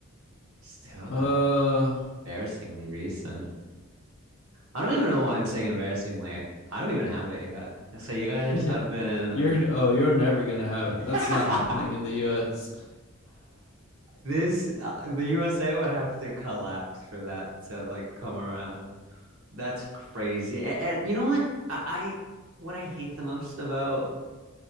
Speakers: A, on the right; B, on the left.
A: Still
B: Uh,
A: though, that's embarrassingly recent. I don't even know why I'm saying embarrassingly. I don't even have it yet. So you guys
B: <laughs> yeah.
A: have been
B: You're oh, you're never gonna have it.
A: <laughs>
B: That's not happening in the U.S.
A: this uh, the USA would have to collapse for that to like come around. That's crazy. And, and you know what? I, I what I hate the most about